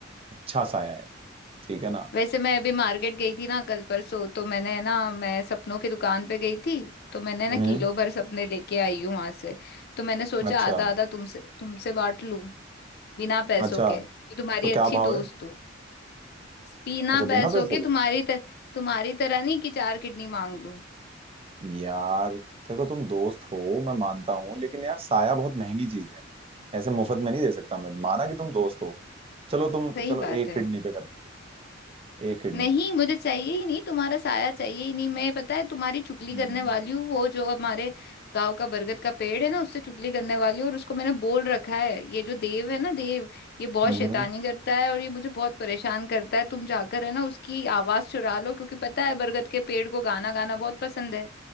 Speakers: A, on the right (about 30°); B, on the left (about 55°).
A: अच्छा साया है ठीक है ना
B: वैसे मैं अभी मार्केट गई थी ना कल परसों तो मैंने ना मैं सपनों की दुकान पे गई थी तो मैंने
A: हम्म
B: ना किलो भर सपने लेके आई हूँ वहां से तो मैंने सोचा
A: अच्छा
B: आधा आधा तुमसे तुमसे बांट लूं बिना पैसों
A: अच्छा
B: के कि तुम्हारी
A: तो क्या
B: अच्छी
A: भाव
B: दोस्त
A: है
B: हो बिना
A: अच्छा
B: पैसों
A: बिना पैसों
B: के
A: के
B: तुम्हारी तर, तुम्हारी तरह नहीं कि चार किडनी मांग लूं
A: यार देखो तुम दोस्त हो मैं मानता हूँ लेकिन यार साया बहुत महंगी चीज है ऐसे मुफ्त में नहीं दे सकता मैं माना कि तुम दोस्त हो चलो तुम
B: सही
A: चलो
B: बात
A: एक
B: है
A: किडनी पे कर दो एक किडनी
B: नहीं मुझे चाहिए ही नहीं तुम्हारा साया चाहिए ही नहीं मैं पता है तुम्हारी चुगली
A: हम्म
B: करने वाली हूँ वो जो हमारे गांव का बरगद का पेड़ है ना उससे चुगली करने वाली हूँ और उसको मैंने बोल रखा है ये जो देव है ना देव ये बहुत
A: हम्म,
B: शैतानी
A: हम्म।
B: करता है और ये मुझे बहुत परेशान करता है तुम जाकर है ना उसकी आवाज चुरा लो क्योंकि पता है बरगद के पेड़ को गाना गाना बहुत पसंद है